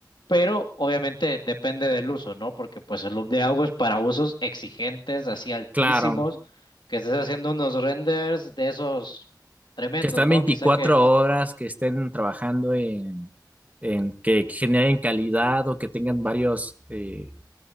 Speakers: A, on the left; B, on the right.
A: Pero obviamente depende del uso, ¿no? Porque pues el loop de agua es para usos exigentes, así altísimos,
B: Claro,
A: que estés haciendo unos renders de esos tremendos,
B: que están
A: ¿no?
B: 24
A: Quizá que...
B: horas, que estén trabajando en, en que generen calidad o que tengan varios, eh,